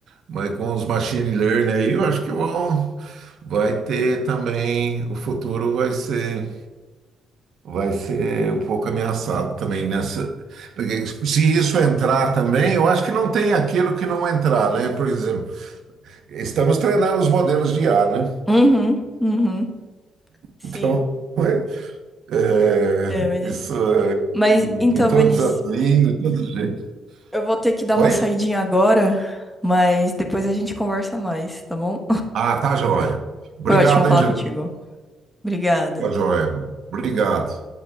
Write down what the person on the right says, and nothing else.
mas com os machine learning aí, eu acho que vão, vai ter também, o futuro vai ser vai ser um pouco ameaçado também nessa. Porque se isso entrar também, eu acho que não tem aquilo que não entrar, né? Por exemplo, estamos treinando os modelos de IA, né?
Então, <laughs> é,
isso
é,
em,
em todas
as línguas, de todo jeito.
Oi?
Ah, tá joia. Obrigado,
Angelina.
Tá joia. Obrigado.